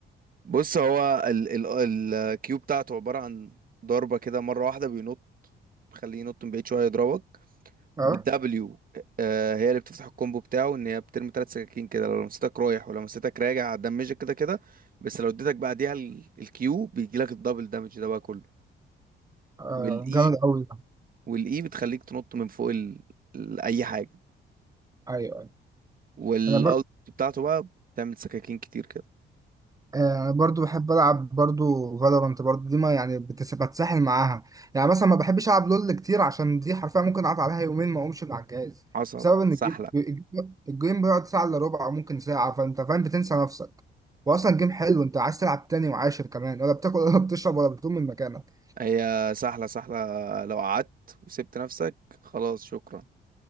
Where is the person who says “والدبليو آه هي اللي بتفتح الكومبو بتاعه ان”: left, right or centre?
Right